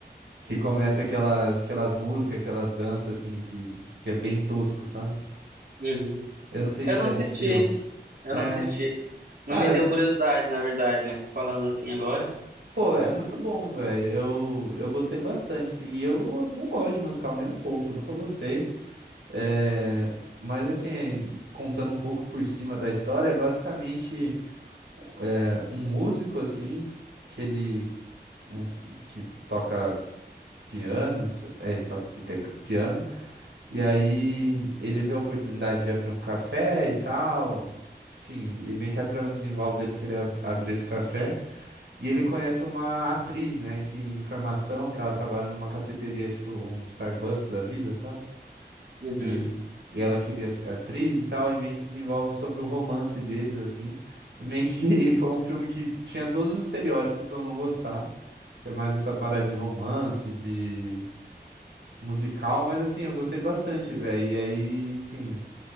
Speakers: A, on the right; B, on the right.
A: que começa aquelas aquelas músicas, aquelas danças assim que que é bem tosco, sabe?
B: Uhum.
A: Eu não sei
B: Eu
A: se
B: não
A: já
B: assisti.
A: assistiu.
B: Eu
A: É,
B: não assisti. Não
A: cara,
B: me deu
A: é muito,
B: curiosidade, na verdade, mas falando assim agora.
A: pô, é muito bom, velho. Eu, eu gostei bastante, assim. E eu não gosto de musical nem um pouco, nunca gostei. É, mas assim, contando um pouco por cima da história, é basicamente é, um músico assim que ele um, que toca piano, se- é, ele toca pite- piano. E aí ele vê a oportunidade de abrir um café e tal. Enfim, e meio que a trama desenvolve dele querer ab- abrir esse café. E ele conhece uma atriz, né, que em formação, que ela trabalha numa cafeteria, tipo um Starbucks da vida, sabe?
B: Uhum.
A: E, e ela queria ser atriz e tal, e meio que desenvolve sobre o romance deles, assim. E meio que <laughs> foi um filme que tinha todos os estereótipos pra eu não gostar. É mais essa parada de romance, de musical, mas assim, eu gostei bastante, velho. E aí, sim,